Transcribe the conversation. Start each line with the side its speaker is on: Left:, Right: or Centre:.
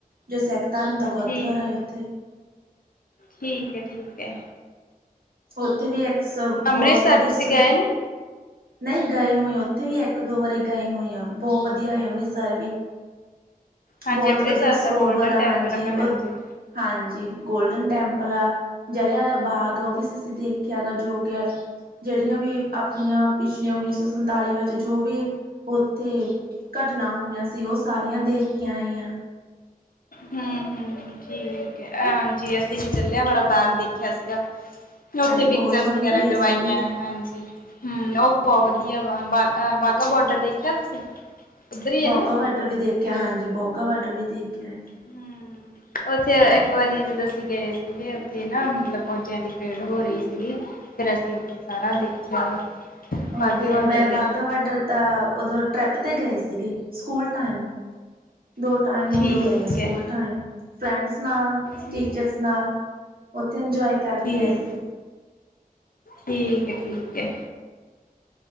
Right: ਜੋ ਸਿੱਖ ਧਰਮ ਦਾ ਗੁਰਦੁਆਰਾ
Left: ਠੀਕ
Right: ਏ ਉੱਥੇ
Left: ਠੀਕ ਐ ਠੀਕ ਐ।
Right: ਉੱਥੇ ਵੀ ਇੱਕ ਸ ਬਹੁਤ
Left: ਅੰਮ੍ਰਿਤਸਰ
Right: ਵਧੀਆ
Left: ਤੁਸੀਂ
Right: ਸ
Left: ਗਏ ਨੀ
Right: ਨਹੀਂ ਗਏ ਹੋਏ ਆ ਉੱਥੇ ਵੀ ਇੱਕ ਦੋ ਵਾਰੀ ਗਏ ਹੋਏ ਆ ਬਹੁਤ ਵਧੀਆ ਐ ਅੰਮ੍ਰਿਤਸਰ ਵੀ
Left: ਹਾਂਜੀ
Right: ਬਹੁਤ
Left: ਅੰਮ੍ਰਿਤਸਰ
Right: ਵਧੀਆ ਸਰੋਵਰ
Left: ਤਾਂ ਗੋਲਡਨ
Right: ਆ
Left: ਟੈਂਪਲ
Right: ਹਾਂਜੀ
Left: ਆਪਾਂ ਹਾਂਜੀ
Right: ਉਥ ਹਾਂਜੀ ਗੋਲਡਨ ਟੈਂਪਲ ਆ ਜਲ੍ਹਿਆਂ ਆਲਾ ਬਾਗ ਆ ਉਹ ਵੀ ਅਸੀ ਦੇਖਿਆ ਗਾ ਜੋ ਕ ਜਿਹੜੀਆਂ ਵੀ ਆਪਣੀਆਂ ਪਿਛਲੀਆਂ ਉੱਨੀ ਸੌ ਸੰਤਾਲੀ ਵਿੱਚ ਜੋ ਵੀ ਉੱਥੇ ਘਟਨਾ ਹੋਈਆਂ ਸੀ ਉਹ ਸਾਰੀਆਂ ਦੇਖ ਕੇ ਆਏ ਆਂ।
Left: ਹੂੰ -ਹੂੰ। ਠੀਕ ਹੈ ਹਾਂਜੀ ਅਸੀਂ ਵੀ ਚੱਲਿਆ ਵਾਲਾ ਬਾਂਗ ਦੇਖਿਆ ਸੀਗਾ। ਉੱਥੇ
Right: ਹਾਂਜੀ
Left: ਪਿਕਚਰਸ
Right: ਬਹੁਤ ਸੋਹਣੀ
Left: ਵਗੈਰਾ
Right: ਪਲੇਸ
Left: ਕਰਵਾਈਆਂ
Right: ਉਹ ਵੀ
Left: ਹਾਂਜੀ। ਹੂੰ ਉਹ ਬੋਹ ਵਧੀਆ ਵਾ ਬ ਬਾਘਾ ਬੋਡਰ ਦੇਖਿਆ ਤੁਸੀਂ? ਉੱਧਰ ਹੀ
Right: ਬੋਗਾ
Left: ਹੈ ਨਾ
Right: ਵਾਰਡਰ ਵੀ ਦੇਖਿਆ ਹਾਂਜੀ ਬੋਗਾ ਵਾਰਡਰ ਵੀ ਦੇਖਿਆ ਹੈ।
Left: ਹੂੰ। ਉੱਥੇ ਇੱਕ ਵਾਰੀ ਜਦੋਂ ਅਸੀਂ ਗਏ ਸੀਗੇ ਉੱਥੇ ਨਾ ਮਤਲਬ ਫੌਜੀਆਂ ਦੀ ਪਰੇਡ ਹੋ ਰਹੀ ਸੀਗੀ। ਫੇਰ ਅਸੀਂ ਉੱਥੇ ਸਾਰਾ ਦੇਖਿਆ ਵਾ।
Right: ਓਕੇ
Left: ਵਾਹਗੇ ਬਾਰਡਰ
Right: ਮੈਂ ਬਾਘਾ
Left: ਤੇ
Right: ਵਡਰ ਤਾਂ ਉਦੋਂ ਟ੍ਰਿਪ ਤੇ ਗਏ ਸੀਗੇ, ਸਕੂਲ ਟਾਈਮ? ਦੋ ਟਾਈਮ
Left: ਠੀਕ
Right: ਉਦੋਂ ਗਏ ਆ ਸਕੂਲ
Left: ਐ।
Right: ਟਾਈਮ ਫਰੈਂਡਸ ਨਾਲ,
Left: ਠੀਕ
Right: ਟੀਚਰਸ ਨਾਲ। ਉਥੇ ਇਨਜੋਏ ਕਰਕੇ
Left: ਠੀਕ
Right: ਆਏ ਸੀ।
Left: ਠੀਕ ਏ- ਠੀਕ ਏ।